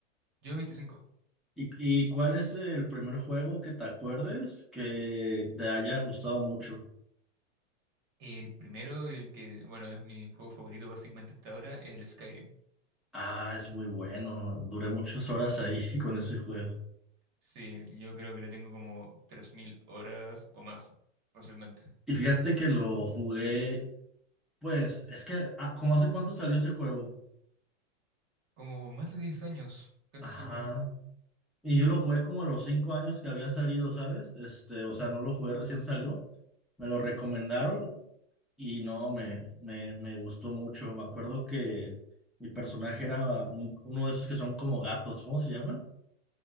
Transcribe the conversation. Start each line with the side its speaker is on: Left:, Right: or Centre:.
Right: yo 25.
Centre: ¿Y, y cuál es el primer juego que te acuerdes que te haya gustado mucho?
Right: El primero y el que, bueno, es mi juego favorito básicamente hasta ahora es el Skyrim.
Centre: Ah, es muy bueno. Duré muchas horas ahí <laughs> con ese juego.
Right: Sí, yo creo que le tengo como 3.000 horas o más, fácilmente.
Centre: Y fíjate que lo jugué, pues, es que, ah, ¿cómo hace cuánto salió ese juego?
Right: Como más de 10 años, casi
Centre: Ajá.
Right: seguro.
Centre: Y yo lo jugué como a los cinco años que había salido, ¿sabes? Este, o sea, no lo jugué recién salió. Me lo recomendaron y no, me, me, me gustó mucho. Me acuerdo que mi personaje era un- uno de esos que son como gatos, ¿cómo se llaman?